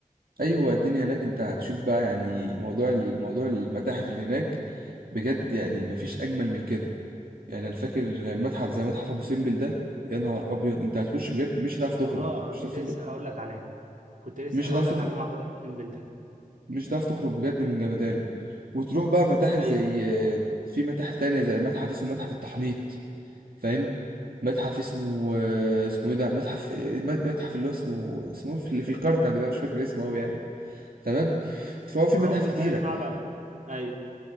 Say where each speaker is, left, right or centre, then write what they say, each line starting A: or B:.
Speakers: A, on the right (about 80°); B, on the right (about 60°).
A: ايوه الدنيا هناك انت هتشوف بقى يعني موضوع موضوع المتاحف اللي هناك بجد يعني مفيش اجمل من كده يعني انا فاكر متحف زي متحف ابو سمبل ده يا نهار ابيض انت هتخش بجد مش هتعرف تخرج
B: الله انا
A: مش
B: كنت
A: هتعرف
B: لسه
A: تخرج
B: هقول لك عليه كنت لسه
A: مش
B: هقول
A: هتعرف
B: لك
A: تخرج
B: على معبد ابو سمبل ده
A: مش هتعرف تخرج بجد من جمدانه وتروح بقى متاحف زي
B: ايوه
A: في متاحف تانية زي متحف اسمه متحف التحنيط فاهم متحف اسمه اسمه ايه ده متحف متحف اللي هو اسمه اسمه إيه؟ اللي في الكرنك ده مش فاكر اسمه قوي يعني تمام فهو في
B: ما
A: متاحف
B: هو بيتهيألي
A: كتيرة
B: معبد ايوه